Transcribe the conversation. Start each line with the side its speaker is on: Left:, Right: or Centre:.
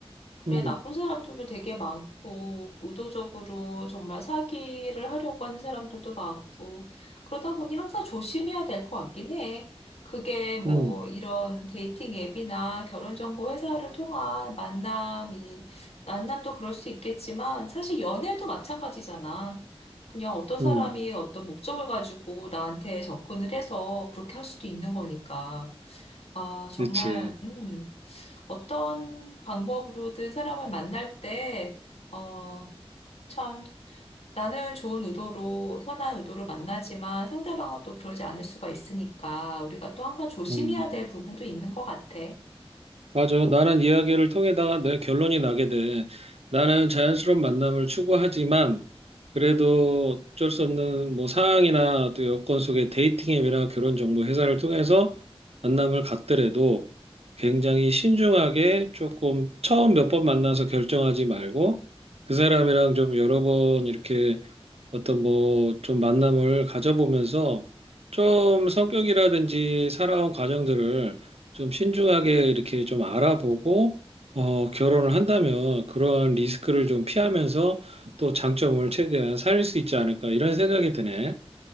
Left: 그래,
Right: 음,
Left: 나쁜 사람들도 되게 많고, 의도적으로 정말 사기를 하려고 하는 사람들도 많고, 그러다 보니 항상 조심해야 될 것 같긴 해. 그게 뭐
Right: 음,
Left: 이런 데이팅 앱이나 결혼정보 회사를 통한 만남이, 만남도 그럴 수 있겠지만, 사실 연애도 마찬가지잖아. 그냥 어떤 사람이
Right: 음,
Left: 어떤 목적을 가지고 나한테 접근을 해서 그렇게 할 수도 있는 거니까. 아, 정말,
Right: 그렇지.
Left: 음, 어떤 방법으로든 사람을 만날 때, 어, 참, 나는 좋은 의도로, 선한 의도로 만나지만 상대방은 또 그러지 않을 수가 있으니까 우리가 또 항상 조심해야
Right: 음.
Left: 될 부분도 있는 것 같아.
Right: 맞아. 나는 이야기를 통해다가 내 결론이 나게 돼. 나는 자연스러운 만남을 추구하지만 그래도 어쩔 수 없는 뭐 상황이나 또 여건 속에 데이팅 앱이나 결혼 정보 회사를 통해서 만남을 갖더라도 굉장히 신중하게 조금 처음 몇 번 만나서 결정하지 말고 그 사람이랑 좀 여러 번 이렇게 어떤 뭐 좀 만남을 가져보면서 좀 성격이라든지 살아온 과정들을 좀 신중하게 이렇게 좀 알아보고 어, 결혼을 한다면 그런 리스크를 좀 피하면서 또 장점을 최대한 살릴 수 있지 않을까 이런 생각이 드네.